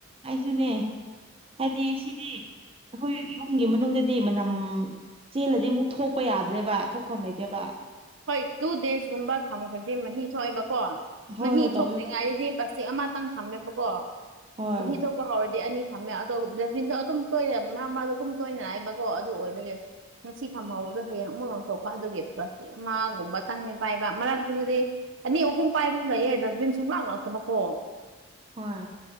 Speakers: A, on the right; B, on the right.
A: ꯑꯩꯁꯨꯅꯦ ꯍꯥꯏꯗꯤ ꯁꯤꯗꯤ ꯑꯩꯈꯣꯏ ꯌꯨꯝꯒꯤ ꯃꯅꯨꯡꯗꯗꯤ ꯃꯅꯝ ꯆꯦꯜꯂꯗꯤ ꯑꯃꯨꯛ ꯊꯣꯛꯄ ꯌꯥꯗ꯭ꯔꯦꯕ ꯊꯣꯛꯐꯝ ꯂꯩꯇꯦꯕ
B: ꯍꯣꯏ ꯇꯨ ꯗꯦꯁꯒꯨꯝꯕ ꯊꯝꯃꯣ ꯈꯗꯤꯦ ꯃꯍ ꯊꯣꯛꯑꯕ ꯀꯣ
A: ꯍꯣꯏ
B: ꯃꯍꯤ
A: ꯍꯣꯏ
B: ꯊꯣꯛꯇ꯭ꯔꯤꯉꯥꯏꯗꯗꯤ
A: ꯇꯧꯋꯦ
B: ꯄꯁꯤꯦꯛ ꯑꯃꯇꯪ ꯊꯝꯃꯦꯕꯀꯣ
A: ꯍꯣꯏ
B: ꯃꯍꯤ ꯊꯣꯛꯄ ꯍꯧꯥꯎꯔꯗꯤ ꯑꯅꯤ ꯊꯝꯃꯦ ꯑꯗꯣ ꯗꯖꯁꯕꯤꯟꯗꯣ ꯑꯗꯨꯝ ꯇꯣꯏꯅ ꯃꯔ ꯃꯔꯁꯨ ꯑꯗꯨꯝ ꯇꯣꯏꯅ ꯍꯥꯏꯕꯀꯣ ꯑꯗꯨ ꯑꯣꯏꯕꯒꯤ ꯉꯁꯤ ꯊꯝꯍꯥꯎꯗꯣ ꯍꯌꯦꯡ ꯑꯃꯨꯛ ꯂꯥꯡꯊꯣꯛꯄ ꯑꯗꯨꯒꯤ ꯄ꯭ꯂꯁ ꯑꯃꯒꯨꯝꯕ ꯆꯪꯅꯤ ꯄꯥꯏꯕ ꯃꯔꯛꯛꯇꯗꯨꯗꯤ ꯑꯅꯤ ꯑꯍꯨꯝ ꯄꯥꯏꯕꯁꯨ ꯂꯩꯑꯦ ꯗꯁꯕꯤꯟ ꯁꯨꯝ ꯂꯥꯛꯂꯛꯇꯕꯀꯣ ꯑꯣ
A: ꯑꯣꯏ